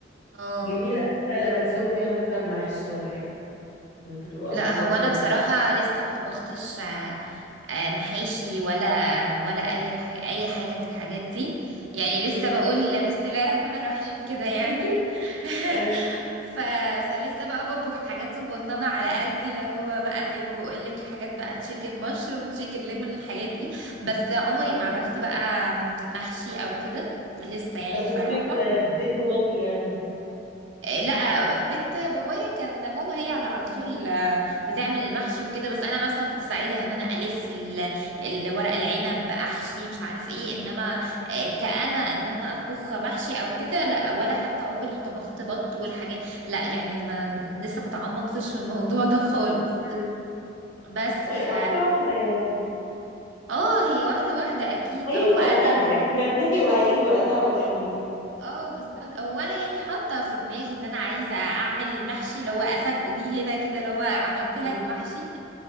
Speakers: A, on the right; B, on the left.
A: اه
B: جميله قوي بقى لما تسوي بيها مثلا محشي ولا حاجه بتبقى
A: لا
B: بتبقى
A: هو
B: فظيعه
A: انا بصراحه لسه ما طبختش آه، آه، محاشي ولا ولا اي الح... اي حاجه من الحاجات دي يعني لسه
B: مم.
A: بقول بسم الله الرحمن الرحيم كده يعني
B: <laughs>
A: <laughs>
B: ايوه
A: ف... فلسه بقى بطبخ حاجات صغننه على قدي اللي هو بقى زي ما بقول لك الحاجات بقى تشيكن مشروم تشيكن ليمون الحاجات دي بس عمري
B: اه
A: ما عملت بقى محشي او كده لسه يعني
B: طب
A: بصراحه
B: وفي ب- بيت باباكي يعني
A: آه، لا في بيت بابايا كان ماما هي اللي على طول آه، بتعمل المحشي وكده بس انا مثلا كنت ساعدها ان انا الف ال- الورق العنب احشي مش عارف ايه انما آه، كأنا ان انا اطبخ محشي او كده لا ولا حتى عمري طبخت بط والحاجات لا يعني ما لسه ما تعمقتش في الموضوع ده خالص
B: مم.
A: بس
B: ما
A: ف
B: هي واحده واحده يعني
A: اه هي واحدة واحدة اكيد
B: هيجي
A: هو
B: وقتها
A: انا
B: يعني <laughs> هتلاقي وهيجي وقتها وهتعمليها
A: اه بالظبط هو انا يعني حاطه في دماغي ان انا عايزه اعمل المحشي اللي هو افاجئه بيه هنا كده اللي هو عملت لك
B: ايوه
A: محشي